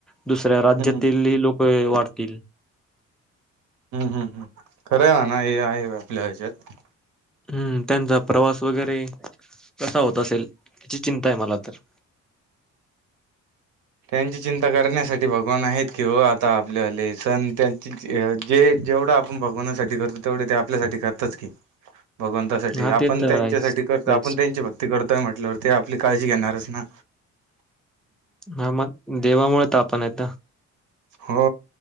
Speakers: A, in the centre; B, on the right.
A: दुसऱ्या राज्यातील
B: हम्म
A: ह लोक वाढत तील.
B: हम्म हम् हम् खरं आहे आहे ना हे आहे आपल्या ह्याच्यात.
A: हम्म त्यांचा प्रवास वगैरे कसा होत असेल याची चिंता आहे मला तर.
B: त्यांची चिंता करण्यासाठी भगवान आहेत की हो आता आपलेले सण त्यांचे जे जेवढं आपण भगवानासाठी करतो तेवढ ते आपल्यासाठी करतच की. भगवंतासाठी
A: हा
B: आपण
A: ते तर
B: त्यांच्यासाठी
A: आहेच
B: करतो
A: तेच
B: आपण त्यांची भक्ती करतोय म्हटल्यावर ते आपली काळजी घेणारच ना.
A: हा मग देवामुळे ता आपण आहेत ना.
B: हो